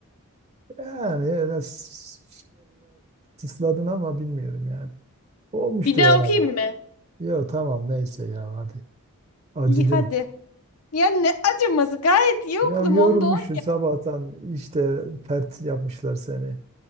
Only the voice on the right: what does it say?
Yani öyle s- tısladın ama bilmiyorum yani. Olmuştur
herhalde.
Yo tamam neyse ya hadi. Acıdım.
Ya
yorulmuşsun
sabahtan işte pert yapmışlar seni.